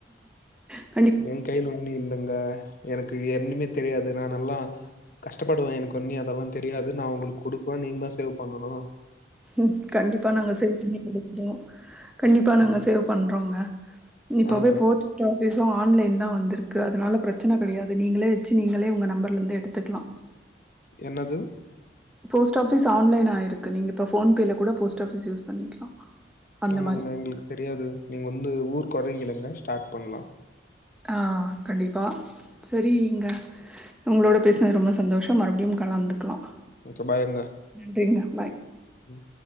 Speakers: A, in the centre; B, on the left (about 45°).
A: உம் <inaudible>
B: என் கைல ஒண்ணு இல்லங்க எனக்கு என்னுமே தெரியாது நா நல்லா கஷ்டப்படுவே எனக்கொன்னி அதெல்லா தெரியாது நா உங்களுக்கு குடுக்குவ நீங்க தா சேவ் பண்ணணு
A: ம் கண்டிப்பா நாங்க சேவ் பண்ணி குடுப்போ கண்டிப்பா நாங்க
B: ம்
A: சேவ் பண்றோங்க இப்போவே
B: ஆங்க
A: போட் லா ஃபீஸு ஆன்லைன் தா வந்திருக்கு அதனால பிரச்சன கிடையாது நீங்களே வச்சு நீங்களே உங்கள் நம்பர்லருந்து எடுத்துக்லா
B: என்னது
A: போஸ்ட் ஆஃபீஸ் ஆன்லைனாயிருக்கு நீங்க இப்ப ஃபோன்பேல கூட போஸ்ட் ஆஃபீஸ் யூஸ் பண்ணிக்கலா அந்த
B: ஆமாங்க
A: மாரி
B: எங்களுக்கு தெரியாது நீங்க வந்து ஊர்க்கு வறீங்களங்க ஸ்டார்ட் பண்லா
A: ஆ கண்டிப்பா சரி இங்க உங்களோட பேசினது ரொம்ப சந்தோஷோ மறுபடியு கலந்துக்கலா
B: ஓகே பாய்ங்க
A: நன்றிங்க பாய்
B: ம்